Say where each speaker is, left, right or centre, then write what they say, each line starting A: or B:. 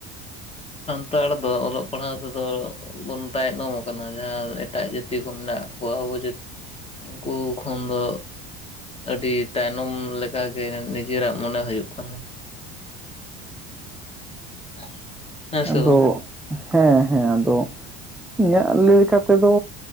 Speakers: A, on the left; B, in the centre.
A: ᱥᱟᱱᱛᱟᱲ ᱫᱚ ᱚᱞᱚᱜ ᱯᱟᱲᱦᱟᱣ ᱛᱮᱫᱚ, ᱵᱚᱱ ᱛᱟᱭᱱᱚᱢ ᱟᱠᱟᱱᱟ ᱡᱟᱦᱟᱸ ᱮᱴᱟᱜ ᱡᱟᱹᱛᱤ ᱠᱚ ᱢᱮᱱᱟᱜ ᱠᱚᱣᱟ ᱟᱵᱚ ᱡᱟᱹᱛᱤ ᱩᱱᱠᱩ ᱠᱷᱚᱱ ᱫᱚ ᱟᱹᱰᱤ ᱛᱟᱭᱱᱚᱢ ᱞᱮᱠᱟᱜᱮ ᱱᱤᱡᱮᱨᱟᱜ ᱢᱚᱱᱮ ᱦᱩᱭᱩᱜ ᱠᱟᱱᱟ᱾ <unintelligible>
B: ᱟᱫᱚ
A: ᱵᱟᱝ
B: ᱦᱮᱸ ᱦᱮᱸ ᱟᱫᱚ ᱤᱧᱟᱹᱜ ᱞᱟᱹᱭ ᱞᱮᱠᱟ ᱛᱮᱫᱚ